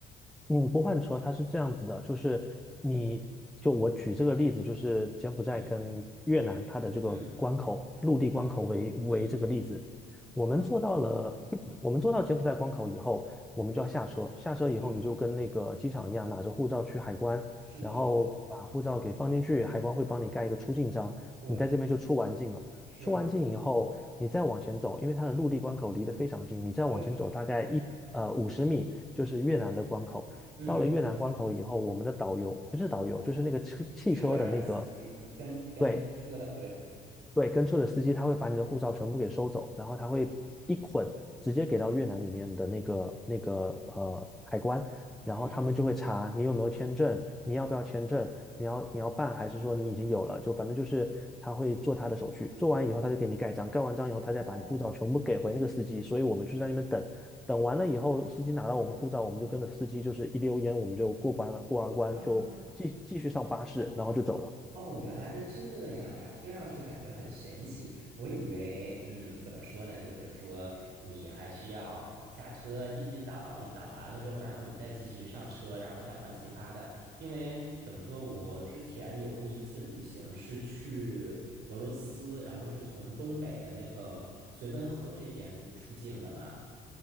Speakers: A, in the centre; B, on the right.
A: 嗯，不换车，它是这样子的，就是你就我举这个例子，就是柬埔寨跟越南它的这个关口，
B: 嗯嗯
A: 陆地关口为为这个例子，
B: 嗯嗯，好。
A: 我们做到了，<clears throat> 我们做到柬埔寨关口以后，我们就要下车，下车以后你就跟那个机场一样，
B: 对。
A: 拿着护照去海关，
B: 是的，
A: 然后把护照给放进去，海关会帮你盖一个出境章，
B: 对，
A: 你在这边就出完境了。
B: 是，
A: 出完境以后，你再往前走，因为它的陆地关口离得非常近，你再往前走大概一呃五十米，
B: 对，
A: 就是越南的关口。
B: 嗯，
A: 到了越南关口以后，我们的导游不是导游，就是那个汽汽车的那个，
B: 车上的司机跟跟车的，
A: 对，
B: 对，
A: 对，跟车的司机他会把你的护照全部给收走，然后他会一捆直接给到越南里面的那个那个呃海关，然后他们就会查你有没有签证，
B: 嗯，
A: 你要不要签证，你要你要办还是说你已经有了，就反正就是他会做他的手续，做完以后他就给你盖章，盖完章以后他再把你护照全部给回那个司机，
B: 哦，
A: 所以我们就在那边等，等完了以后司机拿到我们护照，我们就跟着司机就是一溜烟我们就过关了，过完关就继继续上巴士，
B: 啊，
A: 然后就走了。
B: 哦，原来是这样呀，听上去感觉很神奇。我以为，嗯，怎么说呢？就是说，你还需要下车继续等，等完了之后，然后你再继续上车，然后再换其他的。因为怎么说，我之前有过一次旅行，是去俄罗斯，然后是从东北的那个绥芬河这边出境的嘛。